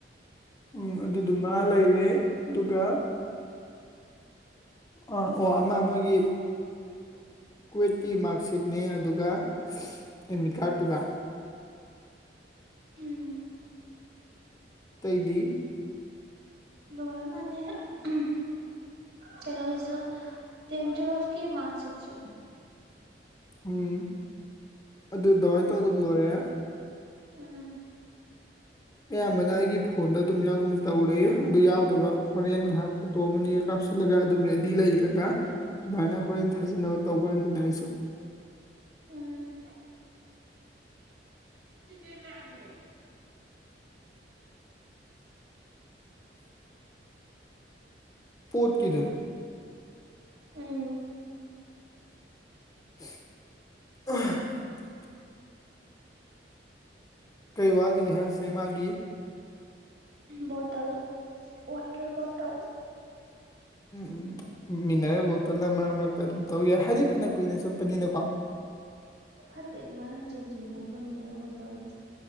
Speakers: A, on the left (about 20°); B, on the right (about 65°).
A: ꯎꯝ ꯑꯗꯨꯗꯨꯃ ꯂꯩꯔꯦ ꯑꯗꯨꯒ ꯑꯥ ꯑꯣ ꯑꯃ ꯃꯣꯏꯒꯤ ꯀ꯭ꯨꯋꯦꯠꯀꯤ ꯃꯥꯔꯛꯁꯤꯠꯅꯦ ꯑꯗꯨꯒ ꯑꯦꯗꯃꯤꯠ ꯀꯥꯔꯠꯇꯨꯒ
B: ꯎꯝ
A: <unintelligible>
B: ꯂꯣꯏꯔꯥ ꯃꯅꯦ ꯎꯝ ꯀꯩꯅꯣꯒꯤꯁꯨ ꯇꯦꯟ ꯇꯨꯋꯦꯞ ꯀꯤ ꯃꯥꯔꯛ ꯁꯤꯠꯁꯨ
A: ꯎꯝ ꯑꯗꯨ ꯗꯨꯃꯥꯏꯅ ꯇꯧꯔ ꯑꯗꯨꯝ ꯂꯣꯏꯔꯦ
B: ꯎꯝ
A: ꯑꯌꯥꯝꯕꯅ ꯑꯩꯒꯤ ꯐꯣꯟꯗ ꯑꯗꯨꯝ ꯌꯥꯎꯒꯨꯝ ꯇꯧꯔꯤ ꯑꯗꯨ ꯌꯥꯎꯗꯕ ꯍꯣꯔꯦꯟ ꯉꯥꯏꯍꯥꯛ ꯐꯣꯇꯣ ꯑꯃꯥ ꯑꯅꯤꯒ ꯀꯥꯞꯁꯤꯜꯂꯒ ꯑꯗꯨꯝ ꯔꯦꯗꯤ ꯂꯩꯔꯒ ꯑꯗꯨꯃꯥꯏꯅ ꯍꯣꯔꯦꯟ ꯊꯥꯖꯟꯅꯕ ꯇꯧꯕ ꯍꯥꯏꯗꯅ ꯑꯩꯁꯨ
B: ꯎꯝ <unintelligible>
A: ꯄꯣꯠꯀꯤꯗꯨꯔꯣ
B: ꯎꯝ
A: <unintelligible> ꯀꯩ ꯋꯥꯠꯂꯤꯒꯦ ꯍꯥꯏꯁꯦ ꯃꯥꯒꯤ
B: ꯕꯣꯇꯜ ꯋꯥꯇꯔ ꯕꯣꯇꯜ
A: ꯎꯝ ꯎꯝ ꯃꯤꯅꯔꯦꯜ ꯕꯣꯇꯜꯅ ꯃꯔꯛ ꯃꯔꯛꯇ ꯑꯗꯨꯝ ꯇꯧ ꯌꯥꯏ ꯍꯥꯏꯗꯤ ꯐꯅ ꯀꯨꯏꯅ ꯆꯠꯄꯅꯤꯅꯀꯣ
B: ꯐꯠꯇꯦ ꯑꯗꯨꯃꯥꯏꯅ ꯍꯟꯖꯤꯟ ꯍꯖꯤꯟ ꯄꯨꯕꯗꯣ ꯃꯤꯟꯅꯔꯦꯜ ꯕꯣꯇꯜꯗꯣ